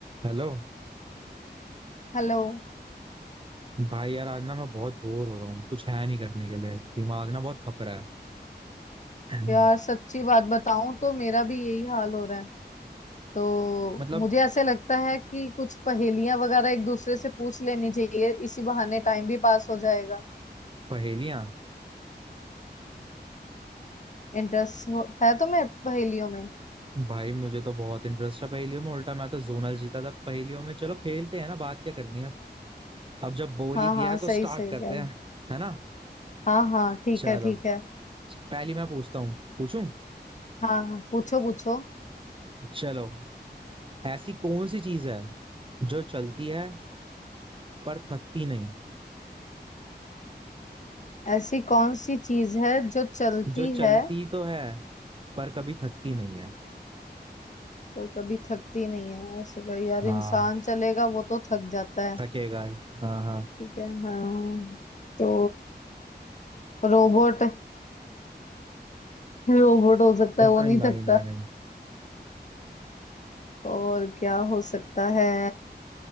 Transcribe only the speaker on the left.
Hello
यार सच्ची बात बताऊं तो मेरा भी यही हाल हो रहा है तो
मुझे ऐसे लगता है कि कुछ पहेलियां वगैरह एक दूसरे से पूछ लेनी चाहिए इसी बहाने टाइम भी पास हो जाएगा
इंटरेस्ट है तुम्हें पहेलियों में
हाँ
हाँ
सही
सही
कह रहे
हाँ हाँ ठीक
है ठीक है
हाँ हाँ पूछो पूछो
ऐसी कौन सी चीज है जो चलती
है
पर कभी थकती नहीं है ऐसा क्या- यार
इंसान चलेगा वो तो थक जाता है
ठीक है हाँ तो रोबोट रोबोट <laughs> हो सकता
है वो नहीं
थकता
और क्या हो सकता है